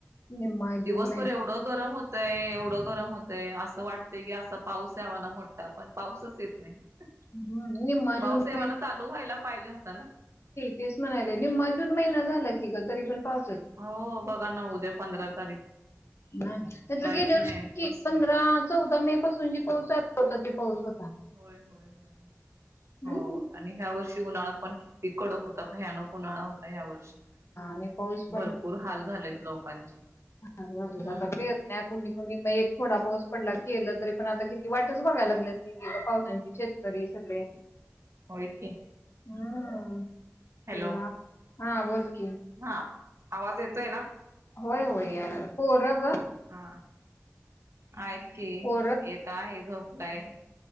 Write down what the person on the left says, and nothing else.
निम्मा जून
महिना
हम निम्मा
जून
महिन
तेच म्हणाला निम्मा जून महिना झाला की ग तरी पण पा
ब नाही
गेल्या वर्षी
पंधरा चौदा मे पासून जी पाऊसला होता ती पाऊस हो
हम्म.
आणि
पाऊस
हर बार
मे जादा पे प्या कुणी कुणी नहीं थोडा पोस पडला की केलं तरी पण आता किती वाटच बघाय लागलात की क पावसांची शेतकरी सगळे.
हम्म,
<unintelligible> हा बोल कि?
होय होय या लागलं. पोरग
पोरं